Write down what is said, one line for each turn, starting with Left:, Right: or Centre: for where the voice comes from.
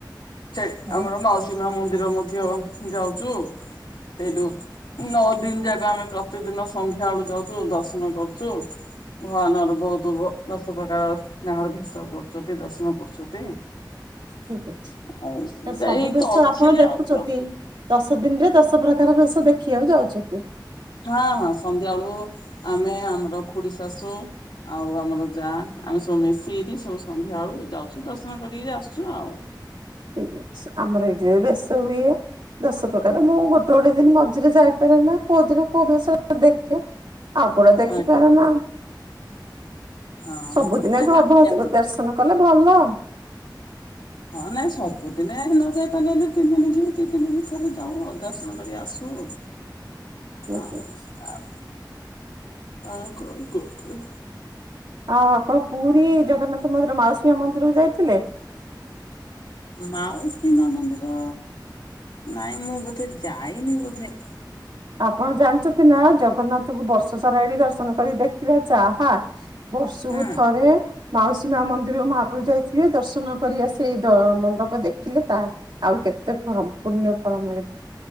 Left: ସେ
Right: ହଉ
Left: ଆମର ମାଉସୀ ମା ମନ୍ଦିର ମଧ୍ୟ ଯାଉଛୁ ସେଇଠୁ ନଅ ଦିନ ଯାକ ଆମେ ପ୍ର ପ୍ରତିଦିନ ସନ୍ଧ୍ୟା ବେଳୁ ଯାଉଛୁ ଦର୍ଶନ କରୁଛୁ, ଭଗବାନର ବହୁତ ଦଶ ପ୍ରକାର ଗାଁ ର ଭେଷ କରୁଛନ୍ତି, ଦର୍ଶନ କରୁଛନ୍ତି।
Right: ଠିକ ଅଛି
Left: ଆଉ
Right: ଏ ସବୁ
Left: ଏଇ
Right: ବେଶ
Left: ତ ଅଛି
Right: ଆପଣ ଦେଖୁଛନ୍ତି।
Left: ଆଉ ଯାଉ
Right: ଦଶ ଦିନରେ ଦଶ ପ୍ରକାର ଭେଶ ଦେଖିବାକୁ ଯାଉଛନ୍ତି।
Left: ହଁ ହଁ ସନ୍ଧ୍ୟାବେଳୁ ଆମେ ଆମର ଖୁଡି ଶାଶୁ ଆଉ ଆମର ଯା ଆମେ ସବୁ ମିଶିକିରି ସବୁ ସନ୍ଧ୍ୟା ବେଳୁ ଯାଉଛୁ ଦର୍ଶନ କରିକିରି ଆସୁଛୁ ଆଉ।
Right: ଠିକ ଅଛି ଆମର ଏଇଠ ବି ବେଶ ହୁଏ। ଦଶ ପ୍ରକାର ମୁଁ ଗୋଟେ ଗୋଟେ ଦିନ ମଝିରେ ଯାଇପାରେ ନା କୋଉ ଦିନ କୋଉ ଭେସ ଦେଖେ। ଆଉକୁଡା ଦେଖି
Left: ଆଜ୍ଞା।
Right: ପାର ନା।
Left: ହଁ
Right: ସବୁଦିନେ
Left: ନାଇଁ
Right: ଘ
Left: ଆମେ
Right: ଦର୍ଶନ
Left: ଯାଉ
Right: କଲେ ଭଲ।
Left: ହଁ ନାଇଁ ସବୁଦିନେ ନ ଯାଇ ପଲେ ତିନି ଦିନ କି ଦି ଦିନ କି ଥରେ ଯାଉ ଦର୍ଶନ କରି ଆସୁ।
Right: <unintelligible>
Left: ଆଉ ଆଉ ଆଉ କଣ କହୁତୁଲୁ?
Right: ଆଉ ଆପଣ ପୁରୀ ଜଗନ୍ନାଥ ମନ୍ଦିର ମାଉସ ମା ମନ୍ଦିର ଯାଇଥିଲେ?
Left: ମାଉସୀ ମା ମନ୍ଦିର ନାଇଁ ମୁଁ ବୋଧେ ଯାଇନି ବୋଧେ।
Right: ଆପଣ ଜାଣିଛନ୍ତି ନା ଜଗନ୍ନାଥଙ୍କୁ ବର୍ଷ ସାରା ଏଣ ଦର୍ଶନ କରି ଦେଖିବା ଯାହା ବର୍ଷକୁ
Left: ହଁ।
Right: ଥରେ। ମାଉସୀ ମା ମନ୍ଦିରରୁ ମହାପ୍ରଭ ଯାଇଥିବେ ଦର୍ଶନ କରିବା ସେ ମଣ୍ଡପ ଦେଖିଲେ ତାହା। ଆହୁରି କେତେ ଫର ପୂର୍ଣ୍ଣ୍ୟ ଫଳ ମିଳିବ।